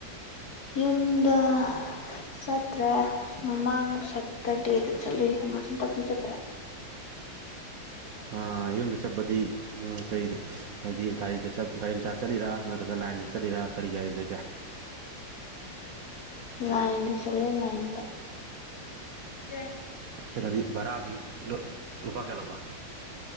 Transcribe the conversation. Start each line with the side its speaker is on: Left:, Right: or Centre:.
Left: ꯌꯨꯝꯗ ꯆꯠꯇ꯭ꯔꯦ ꯃꯃꯥꯡ ꯁꯇꯔꯗꯦꯗ ꯆꯠꯂꯨꯏ ꯍꯪꯟꯇꯗꯤ ꯆꯠꯇ꯭ꯔꯦ
Right: ꯑꯥ ꯌꯨꯝꯗ ꯆꯠꯄꯗꯤ ꯀꯔꯤ ꯍꯥꯏꯗꯤ ꯒꯥꯔꯤꯗ ꯆ ꯒꯥꯔꯤ ꯑꯃ ꯆ ꯆꯠꯂꯤꯔ ꯅꯠꯇ꯭ꯔꯒ ꯂꯥꯏꯟꯗ ꯆꯠꯂꯤꯔꯥ ꯀꯔꯤ ꯀ ꯂꯩ ꯆꯠꯒꯦ
Left: ꯂꯥꯏꯗ ꯆꯂꯦ ꯂꯥꯏꯗꯦ ꯑꯦꯦ
Right: ꯀꯩꯅꯣꯗꯤ ꯚꯔꯥꯗꯤ ꯂꯨꯄꯥ ꯀꯌꯥ ꯂꯧꯕ